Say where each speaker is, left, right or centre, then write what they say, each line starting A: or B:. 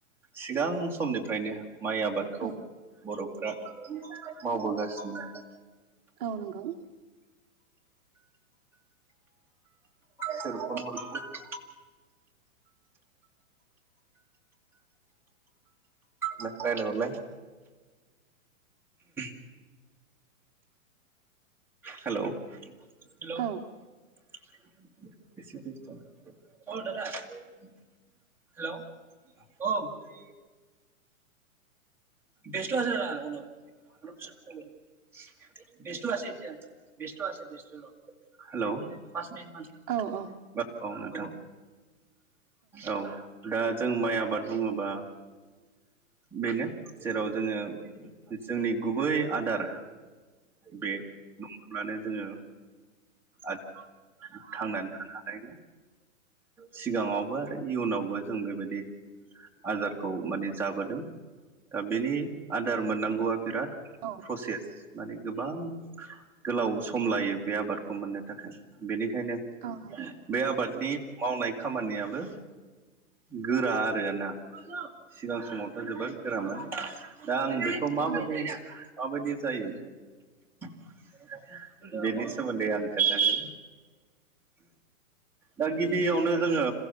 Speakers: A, in the centre; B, on the right (about 35°).
A: सिगां समनिफ्रायनो माइ आबादखौ
B: औ
A: बर'फ्रा मावबोगासिनो
B: औ नंगौ
A: सोर फन हरखो <inaudible> नो रायलाय हरलाय <inaudible> हेल' हेल'
B: औ
A: <inaudible> हेल' <inaudible> <inaudible> <inaudible> हेल'
B: औ औ
A: बाट औ नोंथां औ दा जों माइ आबाद बुङोबा बेनो जेराव जोङो जोंनि गुबै आदार बे न ङाब्लानो जोङो आद थांनानै थानो हानाय नोङा। सिगाङावबो आरो इयुनावबो जों बेबायदि आदारखौ माने जाबोदों दा बेनि आदार मोननांगौआ बिराद
B: औ
A: प्रसेस माने गोबां गोलाव सम लायो बे आबादखौ मोननो थाखाय बेनिखायनो
B: अ नंगौ।
A: बे आबादनि मावनाय खामानियाबो गोरा आरोना सिगां समावथ' जोबोद गोरामोन। दा आं बेखौ माबायदि
B: औ
A: माबायदि जायो <inaudible> बेनि सोमोन्दै आं खोनथागोन। दा गिबियावनो जोङो